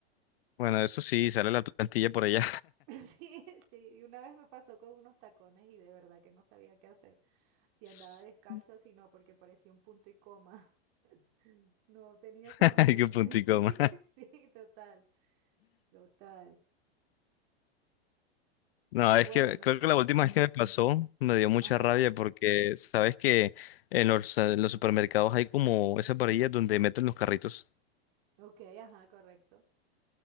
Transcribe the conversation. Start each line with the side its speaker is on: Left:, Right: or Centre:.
Left: Bueno, eso sí, sale la plantilla por allá.
Right: <laughs> Sí, sí. Y una vez me pasó con unos tacones y de verdad que no sabía qué hacer.
Left: <laughs>
Right: Si andaba descalzo, si no, porque parecía un punto y coma. <laughs> No tenía solución.
Left: <laughs> Ay, qué puntico
Right: <laughs>
Left: más.
Right: Sí, sí, total, total.
Left: No,
Right: Bueno,
Left: es que creo que la última vez que me pasó me dio mucha
Right: ajá,
Left: rabia porque sabes que en los, eh, los supermercados hay como esas varillas donde meten los carritos.
Right: ok, ajá, correcto.